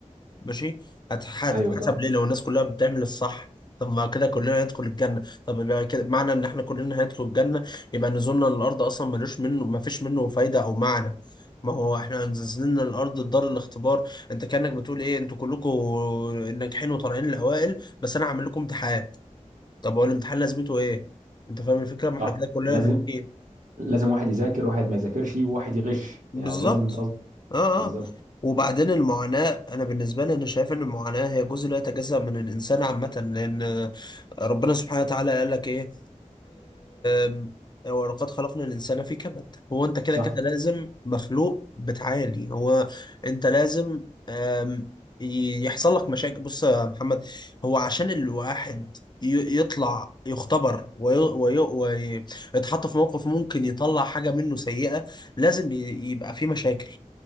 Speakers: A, on the left; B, on the right.
A: ماشي هتح- هتتحسب
B: ايوه صح
A: ليه لو الناس كلها بتعمل الصح طب ما كده كلنا هندخل الجنة طب يبقى كده معنى ان احنا كلنا هندخل الجنة يبقى نزولنا للأرض أصلا ملوش منه ما فيش منه فايدة أو معنى ما هو احنا نزلنا للأرض دار الاختبار انت كأنك بتقول ايه انتوا كلكم ناجحين وطالعين الأوائل بس انا هعمل لكم امتحان طب هو الامتحان لازمته ايه انت فاهم الفكرة ما
B: صح
A: احنا كده كلنا
B: لازم
A: ناجحين
B: لازم واحد يذاكر واحد ما يذاكرش وواحد يغش
A: بالظبط
B: يعني لازم انت
A: اه
B: بالظبط
A: اه وبعدين المعاناة أنا بالنسبة لي أنا شايف إن المعاناة هي جزء لا يتجزأ من الإنسان عامة لأن ربنا سبحانه وتعالى قال لك إيه آم، ولقد خلقنا الإنسان في كبد هو أنت كده
B: صح
A: كده لازم مخلوق بتعاني هو أنت لازم آم، ي- يحصل لك مشاكل بص يا محمد هو عشان الواحد ي- يطلع يختبر ويتحط في موقف ممكن يطلع حاجة منه سيئة لازم ي- يبقى في مشاكل